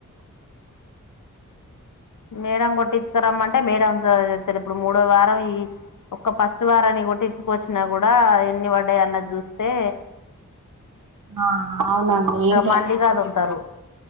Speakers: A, on the left; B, on the right.
A: మేడం కొట్టిచ్ కరమ్మంటే మేడం టెన్ ఇప్పుడు మూడో వారం ఈ ఒక్క ఫస్ట్ వారాన్ని కొట్టించుకొచ్చినా కూడా ఎన్ని పడ్డాయి అన్నది జుస్తే
B: ఆ అవునండి ఏం కాదు
A: మందిగా వదులుతారు